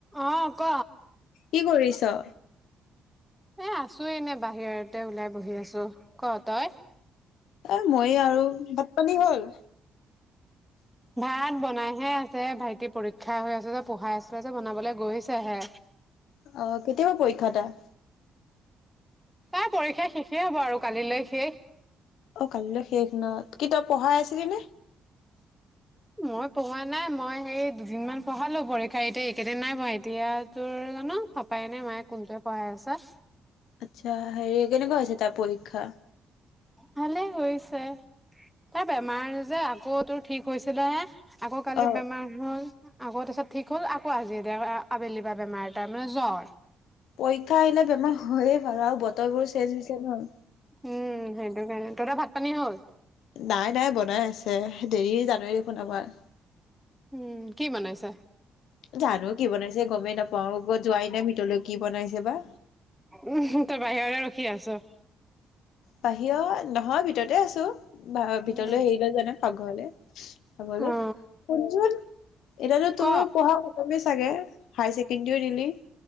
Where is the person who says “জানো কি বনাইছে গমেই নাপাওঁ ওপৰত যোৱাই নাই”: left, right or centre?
Left